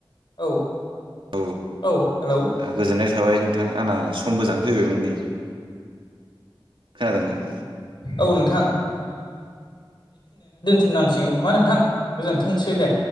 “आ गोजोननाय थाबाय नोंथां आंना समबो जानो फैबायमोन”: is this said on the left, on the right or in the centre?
Right